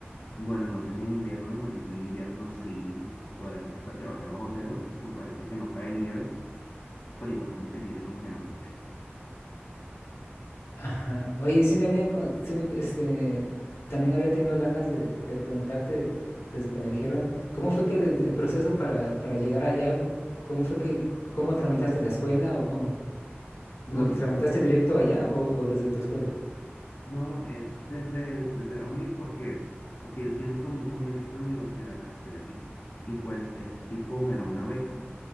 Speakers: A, on the left (about 50°); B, on the left (about 80°).
A: Bueno, no sé si en invierno, me imagino que en invierno sí puede, hasta que baje bajo cero, me parece que no cae nieve pero igual como que sí se congela mucho.
B: Ajá. Oye, y sí me habían, con- sí me- este, también había tenido ganas de, de preguntarte desde que me dijeron, ¿cómo fue que el, el proceso para, para llegar allá, cu- cómo fue que, cómo tramitaste la escuela o cómo?
A: No,
B: ¿Lo
A: oye,
B: que tramitaste directo allá o, o desde tu escuela?
A: no, es desde, desde la UNIR porque, porque ellos tienen como un convenio con la universidad en la que estoy aquí. Y pues es tipo, me da una beca,